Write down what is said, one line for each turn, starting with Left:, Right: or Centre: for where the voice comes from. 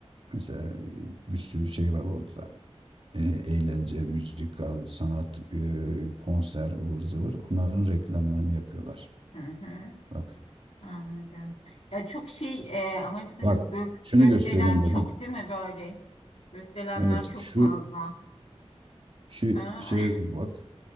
Right: Mesela e, bir sürü şey var orada. E, eğlence, müzikal, sanat, e, konser, ıvır zıvır. Onların reklamlarını yapıyorlar.
Left: Hı hı.
Right: Bak.
Left: Anladım. Ya çok şey e, Amerika'da
Right: Bak.
Left: çok gök,
Right: Şunu
Left: gökdelen
Right: göstereyim bakın.
Left: çok değil mi böyle? Gökdelenler
Right: Evet
Left: çok
Right: şu
Left: fazla.
Right: şu
Left: Ha?
Right: şeye bir bak.